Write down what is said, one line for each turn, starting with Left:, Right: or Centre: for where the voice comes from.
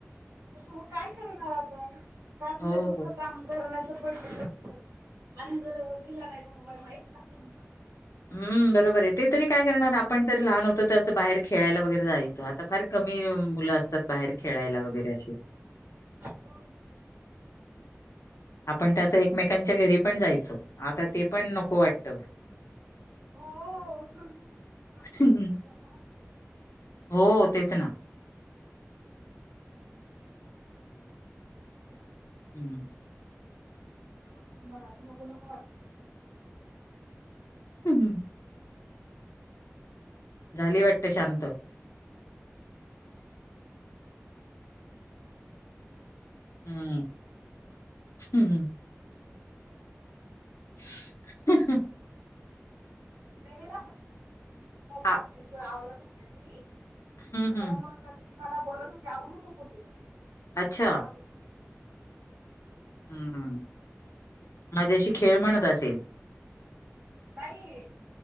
Right: ो काय करणार आताय त्या आपलंलं
Left: हो.
Right: दुसरं काम करण्याचं पडलं हो आणि जर व जिला नाही तर मोबाईल म एक फास घ बस
Left: हम् बरोबर आहे ते तरी काय करणार आपण जरी लहान होतो तर असं बाहेर खेळायला वगैरे जायचं फार कमी मुलं असतात बाहेर खेळायला वगैरे असे
Right: हो
Left: आपण तसं एकमेकांच्या घरी पण जायचो आता ते पण नको वाटत
Right: हो आणि आजकाल
Left: हं, हं.
Right: जमा
Left: हो तेच ना हम्म
Right: मग असं लोक लक वाटतात
Left: हम् हम झाली वाटते शांत हम्म हम्म ह
Right: पनला
Left: आ
Right: आवडत होते मी
Left: हं,
Right: तर
Left: हं.
Right: मग मला बोलती आवडत कुते
Left: अच्छा.
Right: मला रंग
Left: हम्म माझ्याशी खेळ म्हणत
Right: आणि
Left: असेल
Right: नाही